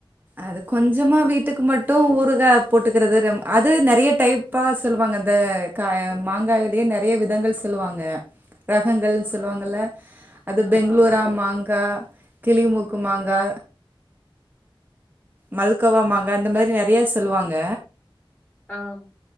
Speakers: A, on the right; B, on the left.
A: அது கொஞ்சமா வீட்டுக்கு மட் டு ஊறுகா போட்டுக்கிறது ர அது நெறய டைப்பா சொல்லுவாங்க அந்த கா மாங்காய்லயே நெறய விதங்கள் சொல்வாங்க ரகங்கள்
B: ஆ
A: சொல்வாங்கள்ல அது
B: ஆமா
A: பெங்களூரா
B: ஆமா
A: மாங்கா கிளிமூக்கு மாங்கா மல்கோவாமாங்கா
B: ஆமா
A: அந்த மாரி நெறயா சொல்வாங்க
B: ஆம்